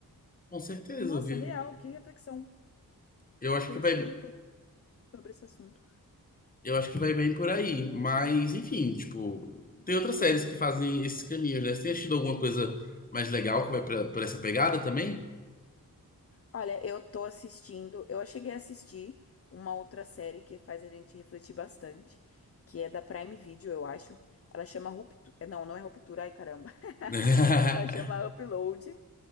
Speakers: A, on the left; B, on the left.
A: com certeza,
B: Nossa,
A: viu?
B: real, que reflexão
A: Eu acho
B: perfeita
A: que vai,
B: sobre esse assunto.
A: eu acho que vai bem por aí, mas enfim, tipo, tem outras séries que fazem esses caminhos, né? Você tem assistido alguma coisa mais legal que vai pra, por essa pegada também?
B: Olha, eu tô assistindo. Eu cheguei a assistir uma outra série que faz a gente refletir bastante, que é da Prime Video, eu acho. Ela chama Ruptura. Não, não é Ruptura, ai caramba.
A: <laughs>
B: <laughs> Ela chama Upload.